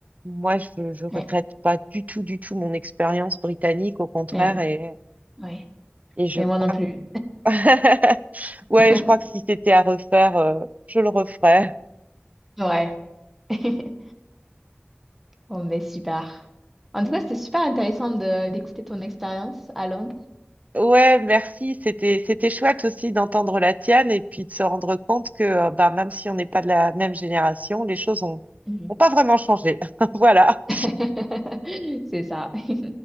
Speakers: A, on the right; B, in the centre.
A: moi, je ne regrette
B: ouais,
A: pas du tout, du tout mon expérience britannique, au contraire.
B: ouais,
A: Et,
B: ouais.
A: et je
B: Mais
A: crois
B: moi non plus.
A: que... <laughs> Ouais,
B: <laughs>
A: je crois que si c'était à refaire, euh, je le referais.
B: Ouais. <laughs> Bon, ben super. En tout cas, c'était super intéressant de d'écouter ton expérience à Londres.
A: Ouais, merci. C'était c'était chouette aussi d'entendre la tienne et puis de se rendre compte que euh, bah, même si on n'est pas de la même génération, les choses ont,
B: Mhm.
A: ont pas vraiment changé. <laughs> Voilà.
B: <laughs> C'est ça. <laughs>